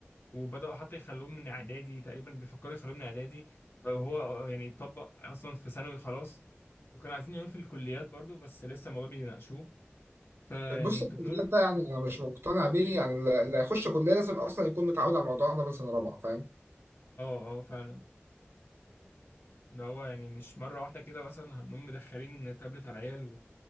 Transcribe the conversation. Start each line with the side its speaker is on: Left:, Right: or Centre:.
Left: وبدأوا حتى يخلوه من إعدادي تقريبا بيفكروا يخلوه من إعدادي وهو يعني يطبق أصلا في ثانوي خلاص وكانوا عايزين يعملوا في الكليات برضو بس لسه الموضوع بيناقشوه فيعني
Right: بص
Left: التكنولوجيا
Right: الكلام ده يعني انا مش مقتنع بيه يعني اللي اللي هيخش كليه لازم اصلا يكون متعود على الموضوع ده من سنه رابعه فاهم
Left: اه اه فعلا ده هو يعني مش مرة واحدة كده مثلا هنقوم مدخلين تابلت على العيال